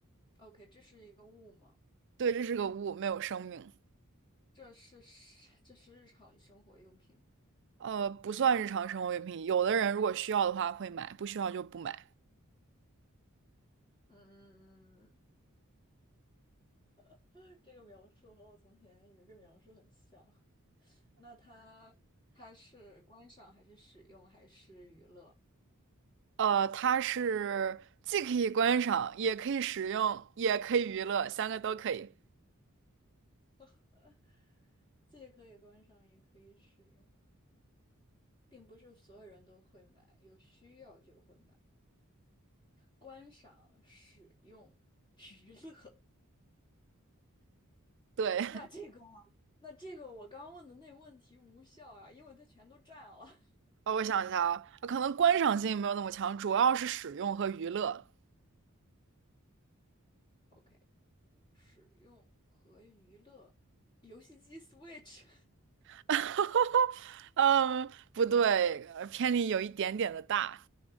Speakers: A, on the left (about 20°); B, on the right (about 55°).
A: ？OK，这是一个物吗？
B: 对，这是个物，没有生命。
A: 这是是 <laughs> 这是日常生活用品吗？
B: 呃，不算日常生活用品。有的人如果需要的话会买，不需要就不买。
A: 嗯，<laughs> 这个描述和我从前有一个描述很像。那它它是观赏还是使用还是娱乐？
B: 呃，它是既可以观赏，也可以使用，也可以娱乐，三个都可以。
A: <laughs> 既可以观赏，也可以使用，并不是所有人都会买，有需要就会买。观赏、使用、娱乐，
B: 对，
A: 那这个啊，
B: <laughs>
A: 那这个我刚刚问的那问题无效啊，因为它全都占了。<laughs>
B: 呃，我想一下啊，呃可能观赏性没有那么强，主要是使用和娱乐。
A: OK，使用和娱乐，游戏机 Switch。
B: <laughs> 哈哈，嗯，不对，呃偏离有一点点的大。